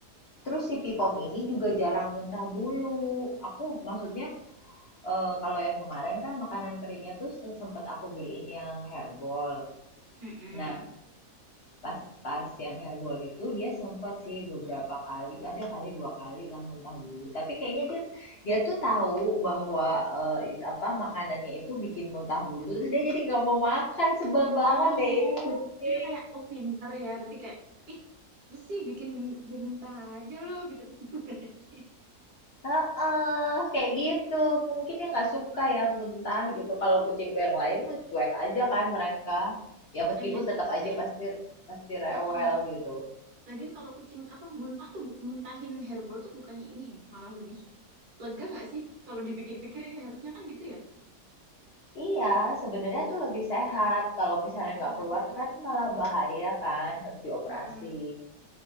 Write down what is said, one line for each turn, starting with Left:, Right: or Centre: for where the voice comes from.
Left: Terus si Pipom ini juga jarang muntah bulu. Aku maksudnya eh, kalau yang kemarin kan makanan keringnya tuh sempet aku beliin yang herbal.
Right: Mm-mm.
Left: Nah, Pas pas yang hairball itu dia sempat sih beberapa kali, ada kali 2 kali lah muntah bulu. Tapi kayaknya dia dia tuh tahu bahwa, eee, it apa, makanannya itu bikin muntah bulu, terus dia jadi nggak mau makan, sebel banget
Right: Oh,
Left: deh ini kucing.
Right: dia kayak oh pinter ya, berarti kayak ih apa sih bikin gue muntah aja lo gitu <laughs> berarti.
Left: Heeh, kayak gitu. Mungkin dia nggak suka ya muntah gitu. Kalau kucingku yang lain mah cuek aja kan mereka. Ya meskipun
Right: Lagian kan
Left: tetap aja
Right: kayaknya,
Left: pasti pasti rewel
Right: heeh.
Left: gitu.
Right: Lagian kalau kucing apa muntah tuh bu- muntahin hairball tuh bukannya ini ya, malah lebih lega nggak sih kalau dipikir-pikir ya harusnya kan gitu ya.
Left: Iya, sebenarnya tuh lebih sehat. Kalau misalnya
Right: Mm-mm.
Left: nggak keluar kan malah bahaya kan, harus dioperasi.
Right: Mm-mm.